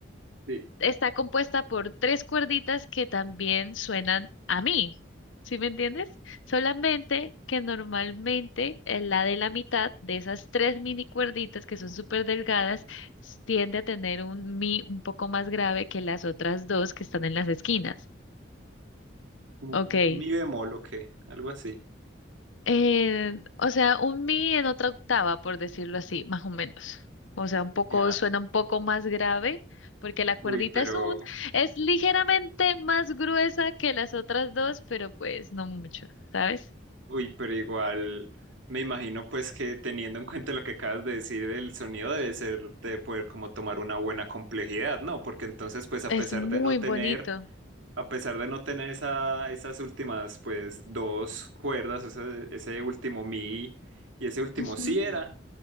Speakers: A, on the right (about 85°); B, on the left (about 85°).
A: Sí.
B: está compuesta por tres cuerditas que también suenan a mí. ¿Sí me entiendes? Solamente que normalmente eh, la de la mitad de esas tres mini cuerditas que son súper delgadas s- tiende a tener un mi un poco más grave que las otras dos que están en las esquinas.
A: Como
B: Ok.
A: un Mi bemol o qué, algo así.
B: Eh, o sea, un mi en otra octava, por decirlo así, más o menos. O sea, un poco,
A: Ya.
B: suena un poco más grave, porque la cuerdita
A: Uy, pero...
B: es un, es ligeramente más gruesa que las otras dos, pero pues no mucho, ¿sabes?
A: Uy, pero igual me imagino pues que teniendo en cuenta lo que acabas de decir, el sonido debe ser de poder como tomar una buena complejidad, ¿no? Porque entonces pues a
B: Es
A: pesar
B: muy
A: de no tener,
B: bonito.
A: a pesar de no tener esa, esas últimas pues dos cuerdas, ese, ese último mi y ese último
B: Ujú.
A: si era,